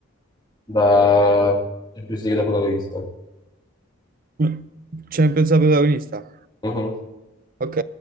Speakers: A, on the left; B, on the right.
A: da Champions League da protagonista.
B: Mm. Champions da protagonista?
A: Mhm.
B: Ok.